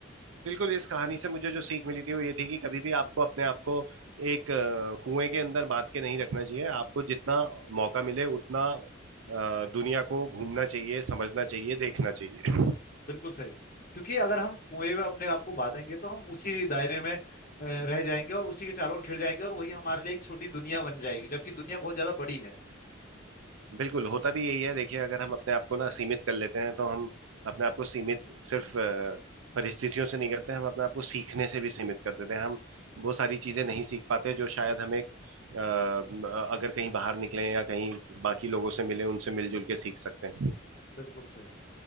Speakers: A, on the right (about 85°); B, on the left (about 45°).
A: बिल्कुल इस कहानी से मुझे जो सीख मिली थी वो ये थी कि कभी भी आपको अपने आप को एक अ, कुएं के अंदर बांध के नहीं रखना चाहिए आपको जितना मौका मिले उतना अ, दुनिया को घूमना चाहिए समझना चाहिए देखना चाहिए
B: बिल्कुल सही क्योंकि अगर हम कुएं में अपने आप को बांधेंगे तो हम उसी दायरे में अ, रह जाएंगे और उसी के चारों ओर घिर जाएंगे और वही हमारे लिए एक छोटी दुनिया बन जाएगी जबकि दुनिया बहुत ज्यादा बड़ी है
A: बिल्कुल होता भी यही है देखिए अगर हम अपने आप को ना सीमित कर लेते हैं तो हम अपने आप को सीमित सिर्फ अ, परिस्थितियों से नहीं करते हम अपने आप को सीखने से भी सीमित कर देते हैं हम वो सारी चीजें नहीं सीख पाते जो शायद हम एक अ, अ, अगर कहीं बाहर निकले या कहीं बाकी लोगों से मिले उनसे मिलजुल के सीख सकते हैं
B: बिल्कुल सही